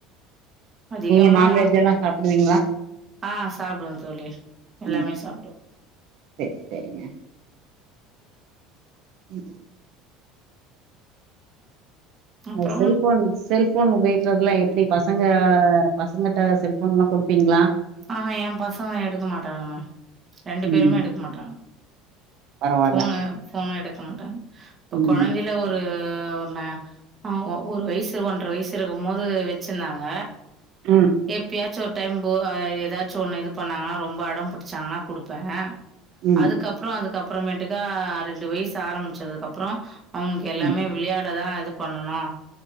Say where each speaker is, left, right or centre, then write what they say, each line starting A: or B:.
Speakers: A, on the right (about 25°); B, on the right (about 60°).
A: அதிகமா
B: நீங்க நான்வெஜ் எல்லா சாப்டுவீங்களா
A: ஆஹ் சாப்டுவ தோழி எல்லாமே
B: ம்
A: சாப்டுவ
B: சேரி சேரிங்க உம்
A: அப்றோ
B: அஹ் செல்ஃபோன் செல்ஃப் ஃபோன் உபயோக்கிறதுலா எப்டி பசங்க பசங்கட்ட செல்ஃபோன்லா கொடுப்பீங்ளா
A: ஆஹ்ஹா எ பசங்க எடுக்க மாட்டாங்கமா ரெண்டு பேருமே
B: ம்
A: எடுக்க மாட்டாங்க
B: பரவால்ல
A: ஃபோனு ஃபோனு எடுக் கமாட்டாங் இப்ப
B: ம்
A: கொழந்தைலா ஒரு ஒ ஒரு நா ஆஹ் ஓ ஒரு வயசு ஒன்ற வயசு இருக்கும் போது வெச்சிந்தாங்க
B: ம்
A: எப்பயாச்சு ஒரு டைம் பு அஹ் எதாச்சு ஒன்னு இது பண்ணாங்னா ரொம்ப அடம் பிடிச்சாங்கனா குடுப்பே
B: ம்
A: அதுக்கப்ற அதுக்கப் அப்றமேட்டுக்கா ரெண்டு வயசு ஆரமிச்சதுக்கப்றோ அவனுக்கு எல்லாமே
B: ம்
A: விளையாடதா அது பண்ணனா